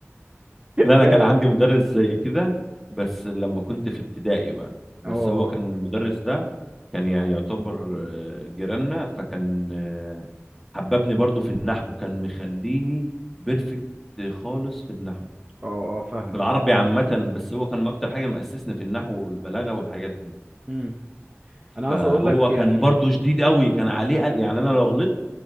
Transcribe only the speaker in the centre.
لا انا
كان عندي مدرس زي كده بس لما كنت في ابتدائي بقى بس
هو كان المدرس ده كان يعني يعتبر آه، جيراننا فكان آه، حببني برضو في النحو كان مخليني بيرفكت خالص في النحو
في العربي عامة بس هو كان اكتر حاجة مأسسني في النحو والبلاغة والحاجات دي
فهو
كان
برضو شديد قوي كان عليه قل... يعني انا لو غلطت